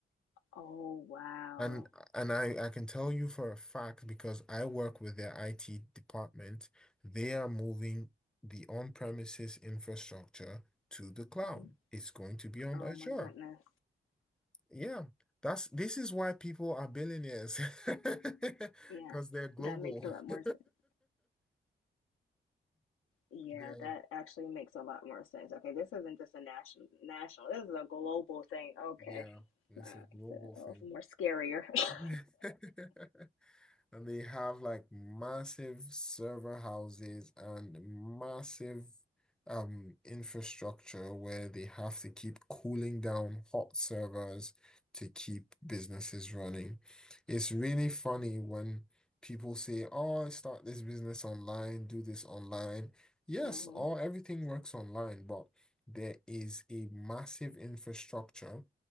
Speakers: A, on the left (about 85°); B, in the centre.
A: Oh, wow.
B: And and I, I can tell you for a fact because I work with their IT department, they are moving the on-premises infrastructure to the cloud.
A: Mhm.
B: It's going to be on
A: Oh
B: Azure.
A: my goodness.
B: Yeah. That's this is why people are billionaires <laughs> because
A: Yeah,
B: they're global.
A: that makes a lot more
B: <laughs>
A: sense. Yeah,
B: They're,
A: that actually makes a lot more sense. Okay, this isn't just a national national. This is a global thing. Okay.
B: yeah, it's
A: That
B: a global
A: makes it
B: thing.
A: a little more scarier. <laughs>
B: <laughs> And they have like massive server houses and massive um infrastructure where they have to keep cooling down hot servers to keep businesses running. It's really funny when people say, "Oh, start this business online, do this online." Yes,
A: Mm-hmm.
B: all everything works online, but there is a massive infrastructure.